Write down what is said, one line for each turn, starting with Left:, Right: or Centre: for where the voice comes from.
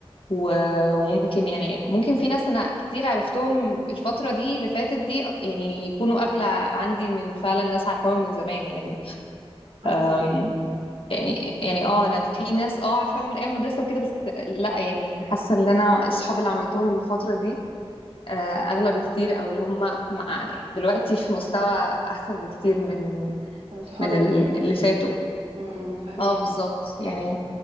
Left: و- وممكن يعني ممكن في ناس أنا كتير عرفتهم الفترة دي اللي فاتت دي يعني يكونوا أغلى عندي من فعلا ناس عارفاهم من زمان يعني
Right: اه
Left: أم، يعني يعني اه انا في ناس اه عارفاهم من ايام المدرسه وكده بس لا يعني حاسه ان انا الصحاب اللي عملتهم الفتره دي آه، اغلى بكتير او اللي هم مع دلوقتي في مستوى احسن بكتير من
Right: من صحاب
Left: من
Right: الزمان
Left: ال- اللي فاتوا
Right: امم فهماكي
Left: اه بالظبط يعني